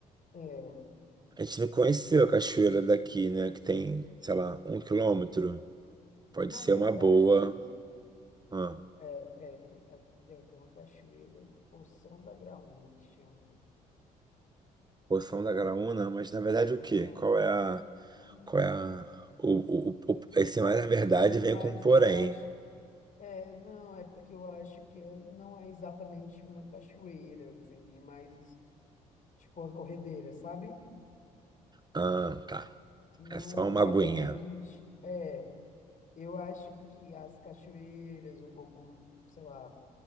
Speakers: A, on the left; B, on the right.
A: é,
B: a gente não conheceu a cachoeira daqui, né? Que tem, sei lá, um quilômetro. Pode
A: na
B: ser
A: verdade,
B: uma boa. Ah,
A: é, é, é, é, tem uma cachoeira, Poção da Graúna, que chama.
B: Poção da Graúna, mas na verdade o
A: Poção.
B: quê? Qual é a.
A: hum,
B: Qual é a. O, o, o, esse mais na verdade
A: Mas
B: vem com um porém.
A: eu acho, é, não, é porque eu acho que é- não é exatamente uma cachoeira, assim, é mais tipo uma corredeira, sabe?
B: Ah, tá.
A: Não
B: É só
A: é
B: uma
A: exatamente,
B: aguinha.
A: é, eu acho que as cachoeiras um pouco, sei lá, um